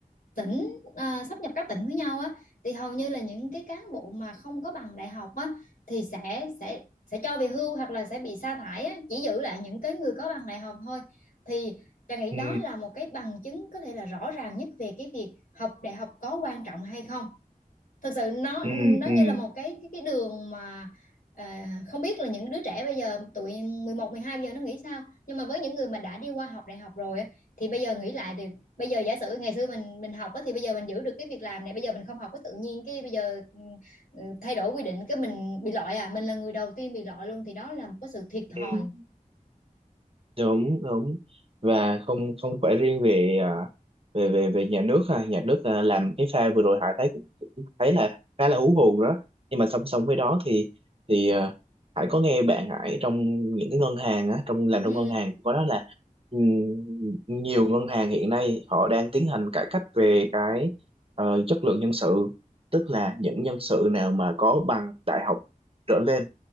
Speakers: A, on the left; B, on the right.
A: tỉnh à, sáp nhập các tỉnh với nhau á thì hầu như là những cái cán bộ mà không có bằng đại học á thì sẽ sẽ sẽ cho về hưu hoặc là sẽ bị sa thải á, chỉ giữ lại những cái người có bằng đại học thôi thì Trà nghĩ
B: ừ
A: đó là một cái bằng chứng có thể là rõ ràng nhất về cái việc học đại học có quan trọng hay không thực sự nó
B: ừ
A: nó như là một cái cái cái đường mà à, không biết là những đứa trẻ bây giờ tụi 11, 12 bây giờ nó nghĩ sao nhưng mà với những người mà đã đi qua học đại học rồi á, thì bây giờ nghĩ lại được bây giờ giả sử ngày xưa mình mình học á, thì bây giờ mình giữ được cái việc làm này bây giờ mình không học có tự nhiên cái bây giờ ừ, ừ, thay đổi quy định cái mình bị loại à mình là người đầu tiên bị loại luôn thì đó là một cái sự thiệt thòi
B: ừ đúng đúng và không không phải riêng về à, về về về nhà nước ha nhà nước à, làm cái pha vừa rồi Hải thấy cũng, cũng thấy là khá là hú hồn đó nhưng mà song song với đó thì thì à, Hải có nghe bạn Hải trong những cái ngân hàng á trong làm
A: ừ
B: trong ngân hàng có đó là ừm, nhiều ngân hàng hiện nay họ đang tiến hành cải cách về cái ờ, chất lượng nhân sự tức là những nhân sự nào mà có bằng đại học trở lên